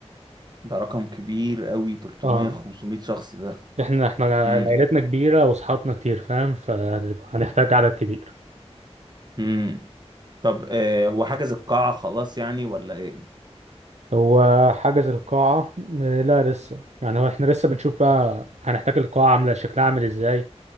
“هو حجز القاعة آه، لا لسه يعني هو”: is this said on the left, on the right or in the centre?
Right